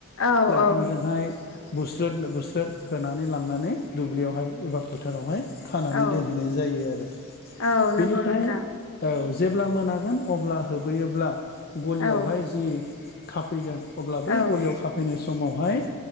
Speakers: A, on the left; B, on the left.
A: औ औ।
B: बिफांजोंहाय बुस्रोद बुस्रोद होनानै लांनानै दुब्लियावहाय एबा फोथारावहाय खानानै
A: औ
B: दोनहैनाय जायो आरो
A: औ
B: बेनिफ्राय
A: नंगौ नोंथां
B: औ जेब्ला मोनागोन अब्ला होबैयोब्ला गलियावहाय
A: औ
B: जि खाफैगोन अब्ला बै
A: औ
B: गलियाव खाफैनोसै समावहाय